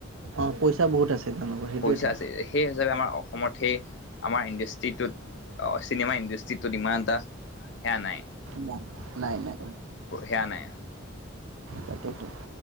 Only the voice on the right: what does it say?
অঁ পইচা বহুত আছে। তেওঁলোকৰ সেইটোৱেতো
না নাই নাই।
তাকেটো